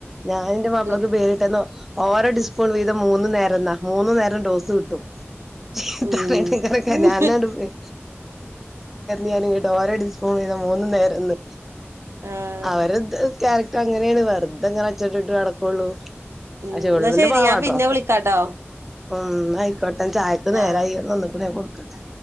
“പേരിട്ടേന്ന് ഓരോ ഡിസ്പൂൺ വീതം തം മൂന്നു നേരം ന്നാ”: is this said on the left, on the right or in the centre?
Centre